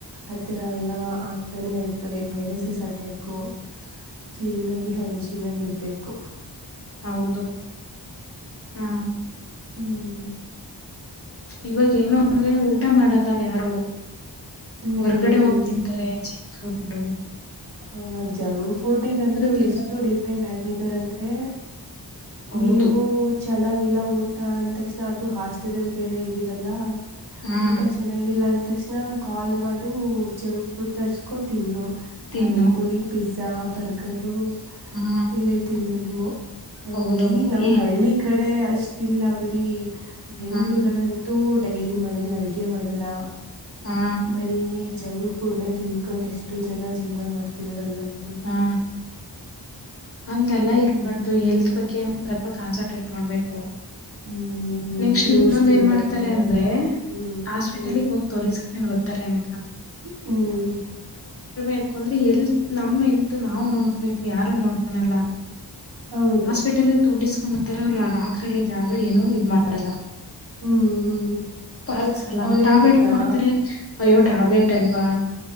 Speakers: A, on the right; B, on the left.
A: ಆತರ ಎಲ್ಲಾ ಆಗ್ತಾನೆ ಇರ್ತವೆ ವೈರಸಸ್ ಅಟ್ಯಾಕು ಕ್ಲೀನ್ ಆಗಿ ಹೈಜೀನ್ ಆಗಿರ್ಬೇಕು
B: ಹೌದು ಹಾ
A: ಹ್ಮ್
B: ಇವಾಗ ಏನು ಅಂದ್ರೆ ಊಟ ಮಾಡಲ್ಲ ಯಾರು
A: ಹ್ಮ್
B: ಹೊರ್ಗಡೆ
A: ಹ್ಮ್
B: ಹೋಗ್ ತಿಂತಾರೆ ಜಂಕ್ ಫುಡ್ಡು
A: ಆ ಜಂಕ್ ಫುಡ್ಡಿಗಂತೂ
B: ತಿನ್ನೋದು
A: ಎಷ್ಟು ಡಿಪೆಂಡ್ ಆಗಿದಾರಂದ್ರೆ
B: ಹೌದು
A: ಏನು ಚೆನ್ನಾಗಿಲ್ಲ ಊ ಟ ಅಂದ ತಕ್ಷಣ ಅದು ಹಾಸ್ಟೆಲ್ ಅಲ್ಲಿ ಬೇರೆ ಇದಿರಲ್ಲ
B: ಹಾ
A: ಊಟ ಚೆನ್ನಾಗಿಲ್ಲ ಅಂತ್ ತಕ್ಷಣ ಕಾಲ್ ಮಾಡು ಜಂಕ್ ಫುಡ್ ತರ್ಸ್ಕೊ ತಿನ್ನು ಪಾನಿಪುರಿ
B: ತಿನ್ನು
A: ಪಿಜ್ ಜಾ ಬರ್ಗರು
B: ಹಾ
A: ಇವೇ ತಿನ್ನೋದು ಹ
B: ಹೌದೌದು
A: ಈಗ್ ನಮ್ಮ
B: ಏ
A: ಹಳ್ಳಿ ಕಡೆ ಅಷ್ಟಿಲ್ಲ ಬಿಡಿ ಬೆಂಗ್ಗಳೂರಲ್ಲಂತೂ
B: ಹಾ
A: ಡೈಲಿ ಮನೇಲಿ ಅಡ್ಗೆ ಮಾಡಲ್ಲ
B: ಹಾ
A: ಬರೀ ಜಂಕ್ ಫುಡ್ನೇ ತಿನ್ಕೊಂಡ್ ಎಷ್ಟೋ ಜನ ಜೀವನ ಮಾಡ್ತಿದರ ಅಲ್
B: ಹಾ
A: <unintelligible>
B: ಹಂಗೆಲ್ಲ ಇರ್ಬಾರ್ದು ಹೆಲ್ತ್ ಬಗ್ಗೆ ಒಂದ್ ಸ್ವಲ್ಪ ಕಾನ್ಸಂಟ್ರೇಟ್ ಮಾಡ್ಬೇಕು
A: ಹ್ಮ್
B: ನೆಕ್ಸ್ಟ್
A: ಫ್ರೂಟ್ಸ್
B: ಇನ್ನೊಂದ್
A: ತಿನ್ಬೇಕು
B: ಏನ್ ಮಾಡ್ತಾರೆ ಅಂದ್ರೆ
A: ಹ್ಮ್
B: ಹಾಸ್ಪಿಟಲ್ಗ್
A: ಹ್ಮ್
B: ಹೋಗಿ ತೋರಿಸಕೊಂಡ್ ಬತಾರೆ ಅನ್
A: ಹ್ಮ್
B: ಏಕಂದ್ರೆ ಹೆಲ್ತ್ ನಮ್ ಹೆಲ್ತ್ ನಾವು ನೋಡ್ಕಬೇಕು ಯಾರು ನೋಡ್ಕನಲ್ಲ
A: ಹೌದು
B: ಹಾಸ್ಪಿಟಲಲ್ಲ್ ದುಡ್ಡ್ ಇಸ್ಕೊಂಬಿಡ್ತಾರೆ ಅವ್ರು ಆ ಡಾಕ್ಟರ್ ಹೇಳಿದ್ ಯಾರು ಏನು ಮಾಡಲ್ಲ
A: ಹ್ಮ್ ಹ್ಮ್
B: ಪಾಲ್ಸಲ್ಲ
A: ಅವ್ರು
B: ಟ್ಯಾಬ್ಲೆಟ್
A: ಹೇಳಿದ್ನಾ
B: ಕೊಡ್ತರೇ ಅಯ್ಯೋ ಟ್ಯಾಬ್ಲೆಟ್
A: ಹ್ಮ್
B: ಅಲ್ವಾ